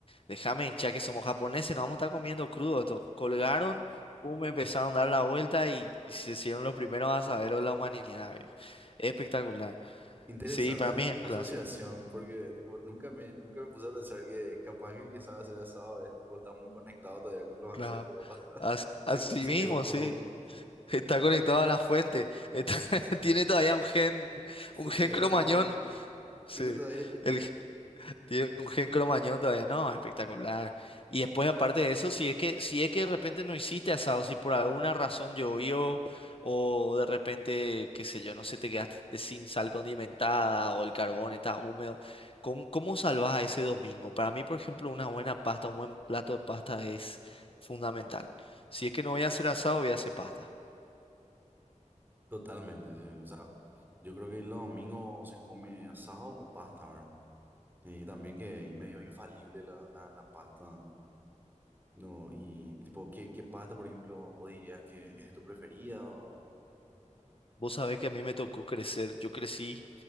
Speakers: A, on the left; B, on the right.
A: Déjame, ya que somos japoneses, nos vamos a estar comiendo crudo. Esto. Colgaron, me empezaron a dar la vuelta y, y se hicieron los primeros asaderos de la humanidad, viejo. Espectacular.
B: Interesante
A: Sí, para
B: aso-
A: mí es un
B: asociación,
A: clásico.
B: porque tipo, nunca me, nunca me puse a pensar que capaz que el que sabe hacer asado es, tipo, está muy conectado todavía con los ancestros,
A: Claro.
B: capaz. <laughs>
A: As-
B: Se,
A: así
B: se
A: mismo,
B: quedó un poco,
A: sí. Está conectado
B: <laughs>
A: a la fuente. Está- <laughs>
B: se,
A: tiene todavía un gen,
B: se
A: un gen
B: quedó
A: cromañón.
B: un poco ahí. <laughs>
A: Sí.
B: Tiene todavía ahí.
A: El, Tiene un gen cromañón todavía, no, espectacular. Y después, aparte de eso, si es que, si es que de repente no hiciste asado, si por alguna razón llovió, o de repente, qué sé yo, no sé, te quedaste sin sal condimentada, o el carbón está húmedo, ¿cómo, cómo salvás a ese domingo? Para mí, por ejemplo, una buena pasta, un buen plato de pasta es fundamental. Si es que no voy a hacer asado, voy a hacer pasta.
B: Totalmente, sí. O sea, yo creo que los domingos se come asado o pasta, ¿verdad? Y también que es medio infalible la, la, la pasta. No, y tipo, ¿qué, qué pasta, por ejemplo, vos dirías que es tu preferida? O...
A: Vos sabés que a mí me tocó crecer. Yo crecí